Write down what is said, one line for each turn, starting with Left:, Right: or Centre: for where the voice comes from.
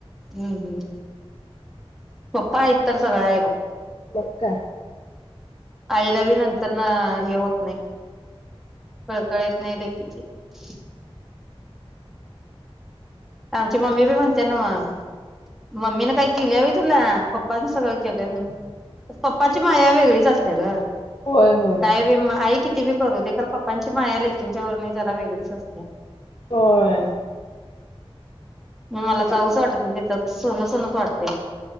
Centre: हम्म-हम्म पप्पा आहेत तर सगळं आहे बग.
Left: लका
Centre: आईला बी नंतर ना हे होत नाही कळकळत येत नाही <unintelligible> किती? <unintelligible> आमची मम्मी बी म्हणते नवं मम्मीने काही केल्या हो तुला पप्पनी सगळं केलं म पप्पाची माया वेगळीच अस त्या ग
Left: होय होय
Centre: साहेब मग आई किती? ती बी करू दे कारण पप्पांची माया लेकींच्या वर जरा वेगळीच असते.
Left: होय
Centre: मग मला जाऊच वाटत तिथं सुन सुनच वाटते